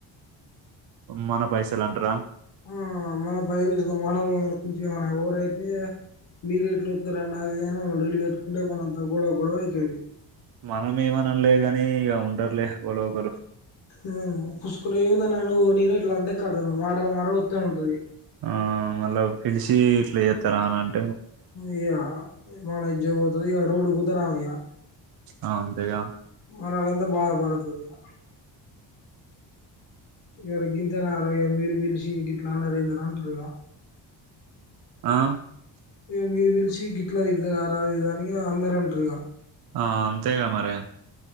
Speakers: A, on the right (about 55°); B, on the left (about 75°).
A: మన పైసలంటరా
B: ఆ మన పైస్ మన కూంచచమన్నా ఎఊరైతే మీరెట్లు ఒత్తరని అది లోళ్లి పెట్టుకుంటే వాళ్ళంత గొడవ గొడవ అయితది
A: మనం ఏమనలే కాని ఇక ఉంటారులే ఎవరో ఒకళ్ళు
B: మ్మ్ కుసుకుని ఉందన్నా నేను ఇట్లా అంతే కాద మాటలా మాట వతూ ఉంటాది
A: ఆ మళ్ళ పిలిచి ఇట్లా చెత్తరా అనంట్
B: య్యా మన ఇజ్జ పోతుంది ఇ రోడ్ కుదరమ్యా
A: ఆ! అంతేగా
B: మనాలంతా బాధపడుతుందియా ఎరకిింత నర మీరు వీచీ కట్లా నరదరంటగా
A: ఆ
B: మీరు పిలిచి గిట్లా దిడతర రా అదిదని అందరంటారుగా
A: ఆ అంతేగా మరి